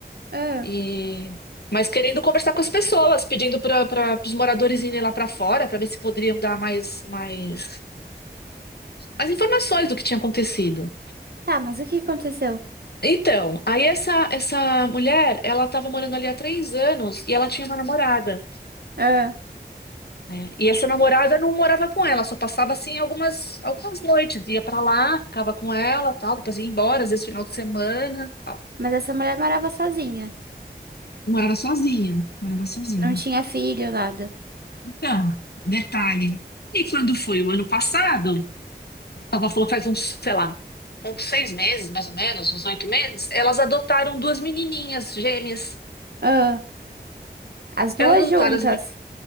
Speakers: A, on the right (about 65°); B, on the left (about 65°).
A: Ah.
B: e mas querendo conversar com as pessoas, pedindo para os moradores irem lá para fora para ver se poderiam dar mais mais mais informações do que tinha acontecido.
A: Tá, mas o que aconteceu?
B: Então, aí essa, essa mulher, ela estava morando ali há três anos e ela tinha uma namorada,
A: Ah.
B: né? E essa namorada não morava com ela, só passava assim algumas, algumas noites, ia pra lá, ficava com ela, tal, depois ia embora, às vezes final de semana, tal.
A: Mas essa mulher morava sozinha.
B: Morava sozinha, morava sozinha.
A: Não tinha filho, nada.
B: Então, detalhe. E quando foi o ano passado, ela falou faz uns, sei lá, uns seis meses, mais ou menos, uns oito meses, elas adotaram duas menininhas gêmeas.
A: Ah. As duas
B: Elas adotaram,
A: juntas.
B: as